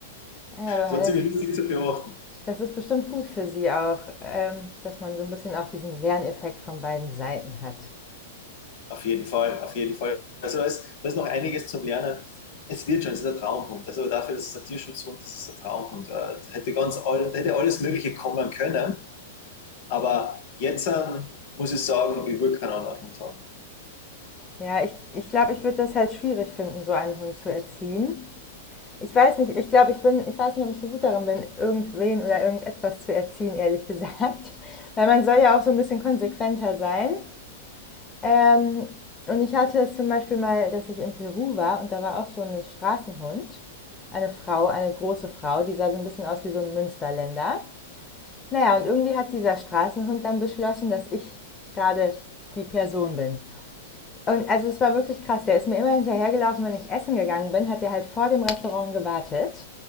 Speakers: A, on the left; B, on the left.
A: Ah ja, aber
B: Das war ziemlich
A: das,
B: lustig zu beobachten.
A: das ist bestimmt gut für sie auch, ähm, dass man so ein bisschen auch diesen Lerneffekt von beiden Seiten hat.
B: Auf jeden Fall, auf jeden Fall. Also da ist, da ist noch einiges zum Lernen. Es wird schon, es ist ein Traumhund. Also dafür, dass es ein Tierschutzhund ist, ist es ein Traumhund. Äh, Da hätte ganz all, da hätte alles Mögliche kommen können. Aber jetzt ähm, muss ich sagen, ich will keinen anderen Hund haben.
A: Ja, ich ich, glaube, ich würde das halt schwierig finden, so einen Hund zu erziehen. Ich weiß nicht, ich glaube, ich bin, ich weiß nicht, ob ich so gut darin bin, irgendwen oder irgendetwas zu erziehen, ehrlich gesagt. <laughs> Weil man soll ja auch so ein bisschen konsequenter sein. Ähm, und ich hatte es zum Beispiel mal, dass ich in Peru war und da war auch so ein Straßenhund. Eine Frau, eine große Frau, die sah so ein bisschen aus wie so ein Münsterländer. Naja, und irgendwie hat dieser Straßenhund dann beschlossen, dass ich gerade die Person bin. Und also es war wirklich krass. Der ist mir immer hinterhergelaufen, wenn ich essen gegangen bin, hat er halt vor dem Restaurant gewartet.